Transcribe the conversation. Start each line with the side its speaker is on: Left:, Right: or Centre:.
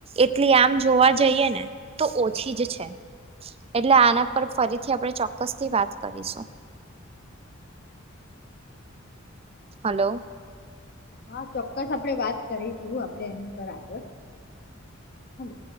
Right: એટલી આમ જોવા જઈએ ને તો ઓછી જ છે એટલે આના પર ફરીથી આપણે ચોક્કસ થી વાત કરીશું હલો
Left: હા ચોક્કસ આપડે વાત કરીશું આપડે એની પર આગળ હને